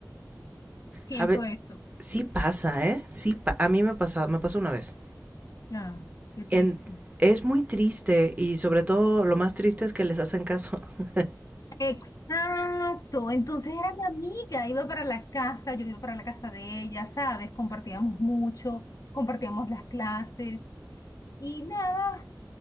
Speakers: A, on the left; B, on the right.
A: Siento
B: A ver,
A: eso.
B: sí pasa, ¿eh? Sí, pa- a mí me pasado, me pasó una vez.
A: Ah, qué triste.
B: En- es muy triste y sobre todo lo más triste es que les hacen caso. <laughs>
A: Exacto, entonces era mi amiga, iba para la casa, yo iba para la casa de ella, ¿sabes? Compartíamos mucho, compartíamos las clases, Y nada,